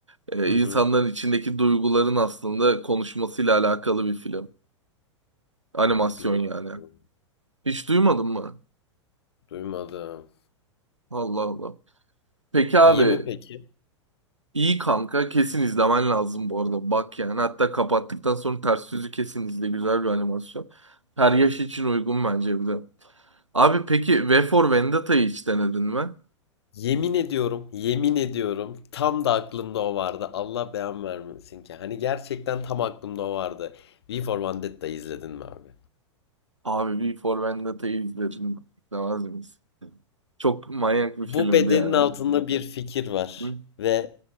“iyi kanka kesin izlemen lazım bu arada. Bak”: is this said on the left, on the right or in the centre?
Right